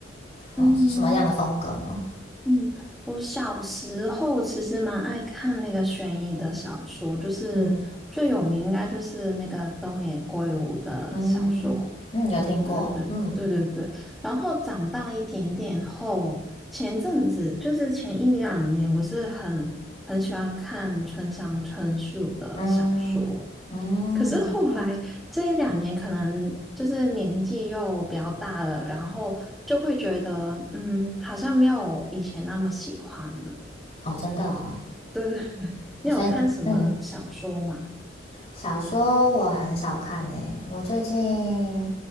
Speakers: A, on the left; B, in the centre.
A: 哦，
B: 嗯。
A: 是什么样的风格呢？
B: 嗯，我小时候其实蛮爱看那个悬疑的小说，就是最有名应该就是那个东野圭吾的小说，
A: 嗯嗯嗯，有听过。
B: 对对对对对。
A: 嗯
B: 然后长大一点点后，前阵子就是前一两年，我是很很喜欢看村上春树的小说。
A: 嗯嗯，
B: 可是后来这一两年，可能就是年纪又比较大了，然后就会觉得，嗯，好像没有以前那么喜欢了。
A: 哦，真的哦，
B: <laughs> 对对对，你有看什么小说吗？
A: 所以嗯。小说我很少看呢、欸我最近